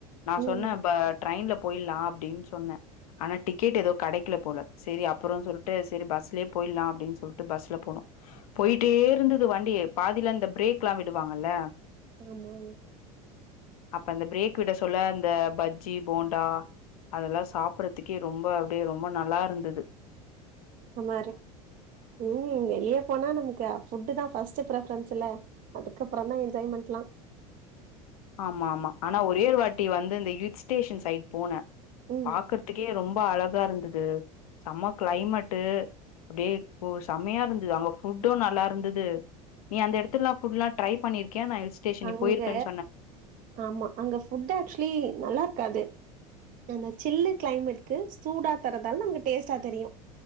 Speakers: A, on the left; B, on the right.
A: நா
B: ம்
A: சொன்ன
B: ம்.
A: ப ட்ரெயின்ல போயட்லா அப்படின் சொன்ன ஆனா டிக்கெட் எதோ கெடைக்கல போல செரி அப்பறொ சொல் ட்டு செரி பஸ்லயே போயிட்லா அப்படின் சொல்ட்டு பஸ்ல போனோ போயிட்டே இருந்தது வண்டி பாதில அந்த பிரேக்லா விடுவாங்கல்ல
B: ஆமா
A: அப்ப அந்த பிரேக் விட சொல்ல அந்த பஜ்ஜி போண்டா அதெல்லா சாப்பறதுக்கே ரொம்ப அப்டியே ரொம்பொ நல்லா இருந்துது
B: அந் மாரி ம் வெளியே போனா நமக்கு ஃபுட்டுதா ஃபர்ஸ்ட் ஃப்ரபரன்ஸ்ல அது அதுக்கப்பறந்தா என்ஜாய்மெண்ட்லா
A: ஆமா ஆமா ஆனா ஒரேரு வாட்டி வந்து இந்த கில் ஸ்டேஷன்ஸ் சைட் போன
B: ம்.
A: பாக்கறதுக்கே ரொம் ம்ப அழகா இருந்துது செம்ம க்ளைமட் அப்டியே பொ செமையா இருந்துது அங்க ஃபுட்டு நல்லா இருந்துது நீ அந்த எடத்துல்லா ஃபுட்லா ட்ரை பண்ணிருக்கியா நா ஹில் ஸ்டேஷன்க்கு
B: அங்க
A: போயிருக்கன்
B: ஆமா அங்க ஃபுட் ஆக்சுவலி நல்லா இருக்காது அந்த சில்லு கிளைமேட்க்கு சூடா தர்றதால நமக்கு டேஸ்ட்டா தெரியு